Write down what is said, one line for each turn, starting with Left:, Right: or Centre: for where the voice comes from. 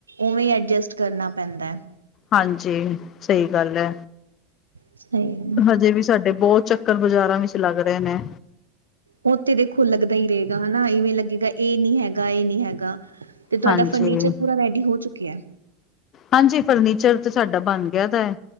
Right: ਉਵੇਂ ਐਡਜਸਟ ਕਰਨਾ ਪੈਂਦਾ।
Left: ਹਾਂਜੀ, ਸਹੀ ਗੱਲ ਏ,
Right: ਸਈ
Left: ਹਜੇ ਵੀ ਸਾਡੇ ਬਹੁਤ ਚੱਕ ਚਕਰ ਬਾਜ਼ਾਰਾਂ ਵਿਚ ਲੱਗ ਰਹੇ ਨੇ।
Right: ਉਹ ਤੇ ਦੇਖੋ ਲੱਗਦਾ ਈ ਰਹੇਗਾ, ਹੈਨਾ ਇਵੇਂ ਲੱਗੇਗਾ ਇਹ ਨੀ ਹੈਗਾ ਇਹ ਨੀ ਹੈਗਾ। ਤੇ ਤੁਹਾਡਾ
Left: ਹਾਂਜੀ
Right: ਫਰਨੀਚਰ ਪੂਰਾ ਰੈਡੀ ਹੋ ਚੁੱਕਿਆ।
Left: ਹਾਂਜੀ ਫਰਨੀਚਰ ਤੇ ਸਾਡਾ ਬਣ ਗਿਆ ਦਾ ਹੈ